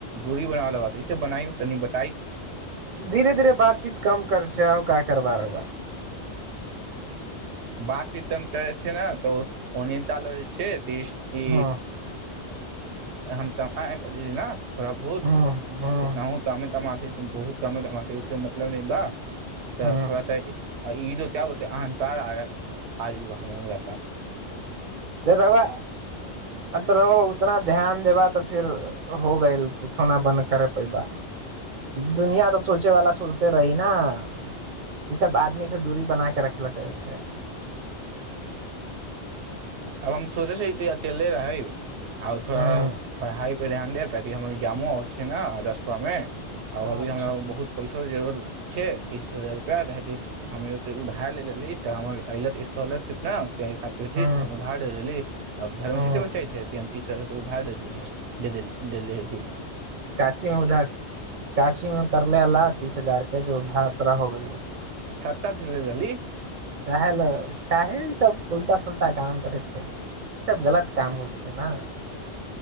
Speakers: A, on the right; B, on the right.
A: दूरी बना लिअ, ई बनाबि कऽ तनि बताउ।
B: धीरे-धीरे बातचीत कम करैत छी आ कारोबारो क
A: बात तीन करै छै, ने तऽ अनता ल छै। त ई
B: हँ
A: हम त ने थोड़ा बहुत
B: हँ हँ
A: जितना हु तऽ तमाथि तऽ बहुत तम-तमाथी, ओकर मतलब नहि बा। तऽ
B: हँ
A: थोड़ा त आ ईहो तऽ होइतै अहाँ तरह आ। आदिल बह मन रहा
B: तऽ रहबा आ तऽ ओतबे ध्यान देबा, तऽ फेर भऽ जाएत। किछु नहि, की करब? दुनिया तऽ सोचै वाला सोचैत रहत। ई सभ आदमी सँ दूरी बना कऽ राखि लेबाक चाही।
A: अब हम सोचे छै च ले रहै आ थोड़ा
B: ह
A: पढ़ाई पर ध्यान दे पड़त हम जामो अ छै, ने रजटमे आब अभी
B: अच्छा
A: हमरा बहुत पैसो जरत छै तीस हजार रुपआ हम उधार लेल रहली तऽ हमर अले त स्कॉलरशिप ने तें साथ भेटित
B: ह
A: हम उधार लेलहुँ, आब धर्म
B: ह
A: तऽ ई चाहैत अछि। सरके उला दे दी हैी
B: काछी मे उधर काछी मे करले ला तीस हजार के जे उधार खतरा हो गेलै
A: सत दिलल
B: कह ल काह सब उलटा सुलटा काम करै छै ई सब गलत काम होइ छै ने